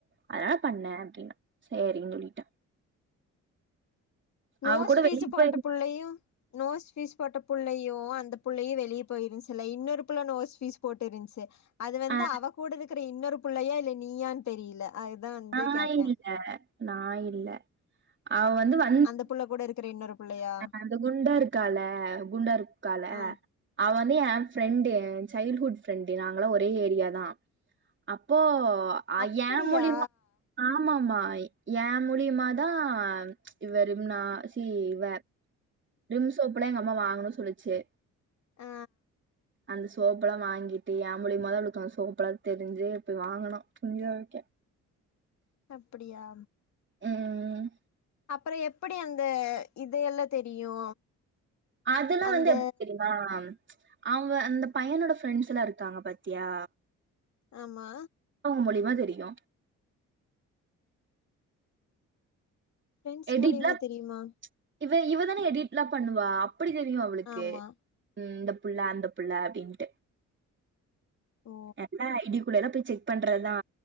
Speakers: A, on the right; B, on the left.
A: அதனால பண்ணே அப்டின்ன சேரின்னு சொல்லிட்ட
B: நோஸ்
A: அவ கூட
B: பீஸ்
A: வெளிய
B: போட்ட
A: போயிருந்தா
B: புள்ளையு நோஸ் பீஸ் போட்ட புள்ளையு அந்த புள்ளையு வெளியே போயிருஞ் இதுல இன்னொரு புள்ள நோஸ் பீஸ் போட்டுருந்துச்சி அது வந்து
A: அ
B: அவ கூட இருக் கிற இன்னொரு புள்ளையா இல்ல நீயான்னு தெரியல அதுதா வந்து
A: நா
B: கேட்டே
A: இல்ல நா இல்ல அவ வந்து வ
B: அந்த புள்ள கூட இருக்குற இன்னொரு புள்ளையா
A: ஆ அந்த குண்ட இருக்கால குண்டாருக்கால
B: ஆ
A: அவ வந்து a friend a childhood friend நாங்களா ஒரே ஏரியா தா அப்போ அ
B: அப்படியா
A: ஏ மூழியமா ஆமாமா ஏ மூலியமாதா இவரு முன்னா சி இவ விம் சோப்புலா எங்க அம்மா வாங்கணு சொல்லுச்சு
B: ஆ
A: அந்த சோப்பலா வாங்கிட்டு ஏ மூலியமாதா அவளுக்கு அந்த சோப்பலா தெரிஞ்சு போய் வாங்கனு துணி துவைக்க
B: அப்பிடியா
A: ம்
B: அப்பற எப்டி அந்த இது எல்லா தெரியு
A: அதெல்லா
B: அந்த
A: வந்து எப் தெரியு ஆ அவ அந்த பையனோட ஃப்ரெண்ட்ஸ் எல்லா இருக்காங்க பாத்தியா
B: ஆமா
A: அவங்க மூலியமா தெரியு
B: ஃப்ரெண்ட்ஸ்
A: எடிட்லாம்
B: மூலியமா தெரியுமா
A: இவ இவ தானே எடிட்லா பண்ணுவா அப்டி தெரியு அவளுக்கு
B: ஆமா
A: ம் இந்த புள்ள அந்த புள்ள அப்டின்ட்டு
B: ஓ
A: எப்ப ஐ டி க்குள்ளலா போய் செக் பண்றதுதா